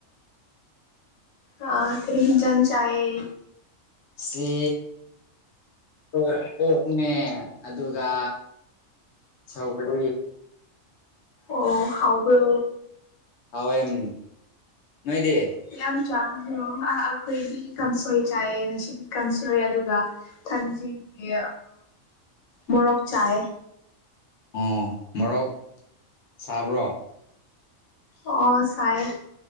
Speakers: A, on the left (about 90°); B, on the left (about 65°).
A: ꯑ ꯀꯔꯤ ꯌꯦꯟꯖꯥꯡ ꯆꯥꯢꯌꯦ
B: ꯁꯤ ꯑꯣꯛ ꯑꯣꯛꯅꯦ ꯑꯗꯨ ꯑꯗꯨꯒꯥ ꯁꯧꯒ꯭ꯔꯤ
A: ꯑꯣ ꯍꯥꯎꯕ꯭ꯔꯣ
B: ꯍꯥꯎ ꯎꯝ ꯅꯣꯏꯗꯤ
A: ꯌꯥꯝ ꯆꯥꯈ꯭ꯔꯣ ꯑꯥ ꯑꯩꯈꯣꯏꯗꯤ ꯀꯥꯡꯁꯣꯏ ꯆꯥꯏꯌꯦ ꯉꯁꯤꯗꯤ ꯀꯥꯡ ꯁꯣꯏ ꯑꯗꯨꯒ ꯊꯥꯡꯖꯤꯡꯒꯤ ꯃꯣꯔꯣꯛ ꯆꯥꯏ
B: ꯑꯣ ꯃꯣꯔꯣꯛ ꯁꯥꯕ꯭ꯔꯣ
A: ꯑꯣ ꯁꯥꯏꯌꯦ